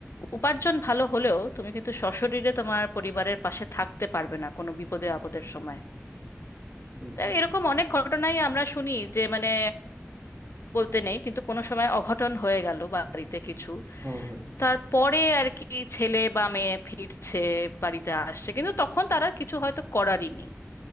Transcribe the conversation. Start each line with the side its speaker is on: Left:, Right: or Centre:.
Left: উপার্জন ভালো হলেও তুমি কিন্তু সশরীরে তোমার পরিবারের পাশে থাকতে পারবে না কোনো বিপদে আপদের সময়
Right: হুম
Left: এরকম অনেক ঘটনাই আমরা শুনি যে মানে বলতে নেই কিন্তু কোনো সময় অঘটন হয়ে গেল বাড়িতে কিছু
Right: হুম হুম
Left: তারপরে আর কি ছেলে বা মেয়ে ফিরছে বাড়িতে আসছে কিন্তু তখন তার আর কিছু হয়তো করারই নেই